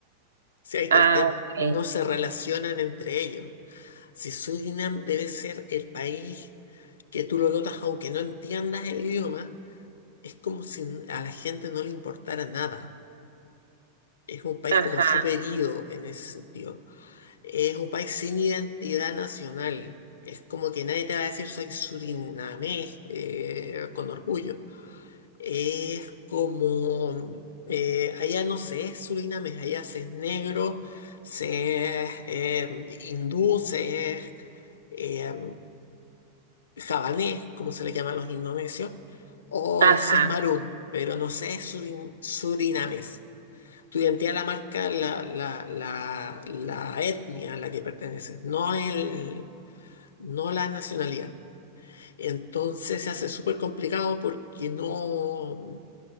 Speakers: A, on the left; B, on the right.
A: Si ahí está
B: ah,
A: el tema.
B: ok,
A: No se relacionan entre ellos. Si Surinam debe ser el país que tú lo notas, aunque no entiendas el idioma, es como si a la gente no le importara nada. Es un país
B: ajá,
A: como superido en ese sentido. Es un país sin identidad nacional. Es como que nadie te va a decir soy surinamés eh, con orgullo. Es como, eh, allá no se es surinamés, allá se es negro, se es eh, hindú, se es eh, javanés, como se le llama a los indonesios, o
B: ajá,
A: se es marún, pero no se es surin- surinamés. Tu identidad la marca la, la, la, la etnia a la que perteneces, no el, no la nacionalidad. Entonces se hace súper complicado porque no